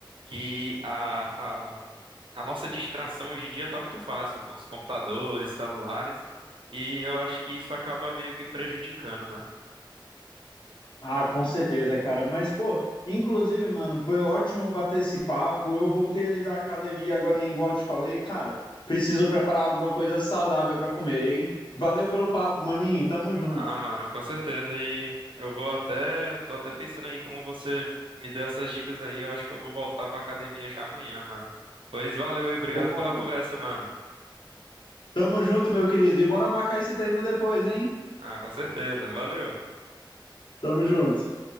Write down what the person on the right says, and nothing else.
Que a, a, a nossa distração hoje em dia tá muito fácil com os computadores, celulares, e eu acho que isso acaba meio que prejudicando, né?
Ah, mano, com certeza. E eu vou até, eu tô até pensando aí como você me deu essas dicas aí. Eu acho que eu vou voltar pra academia já amanhã, mano. Pois valeu aí, obrigado
pela conversa, mano.
Ah, com certeza. Valeu.